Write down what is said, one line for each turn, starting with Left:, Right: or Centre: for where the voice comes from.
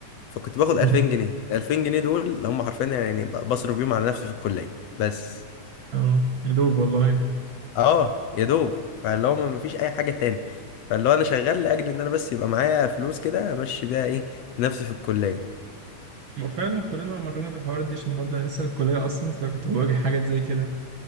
Left: فكنت باخد 2000
Right: أمم،
Left: جنيه 2000 جنيه دول اللي هم حرفيا يعني ب- بصرف بيهم على نفسي في الكلية بس
Right: اه يا دوب والله
Left: اه يا دوب فاللي هو ما فيش اي حاجة تاني فاللي هو انا شغال لاجل ان انا بس يبقى معايا فلوس كده امشي بيها ايه نفسي في الكلية
Right: ما فعلا كلنا مرينا بالحوارات دي عشان برضه انا لسه في الكليه اصلا فكنت بواجه حاجات زي كده